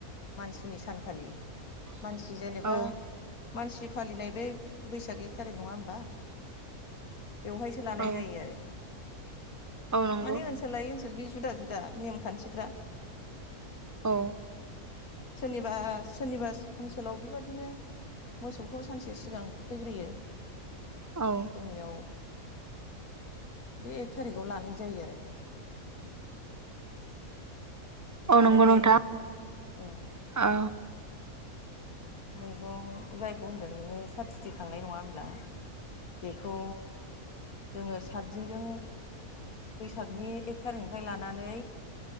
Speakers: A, on the left; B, on the right.
A: मानसिनि सानखालि मानसि जेनेबा
B: औ
A: मानसि फालिनाय बे बैसाग एक थारिख नङा होमबा बेवहायसो लानाय
B: औ
A: जायो आरो
B: औ नंगौ
A: माने ओनसोल लायै ओनसोल बे जुदा जुदा नेमखानथिफ्रा
B: औ
A: सोरनिबा सोरनिबा ओनसोलाव बेबादिनो मोसौखौ सानसे सिगां थुखैग्रोयो जोंनियाव
B: औ
A: बे एक थारिखाव लानाय जायो आरो
B: औ
A: आरो
B: नंगौ
A: बे
B: नोंथां
A: औ
B: औ
A: मैगं जायखौ होनदों नोङो साथिथि खांनाय नङा होमब्ला बेखौ जोङो सातदिनजों बैसागनि एक थारिखनिफ्राय लानानै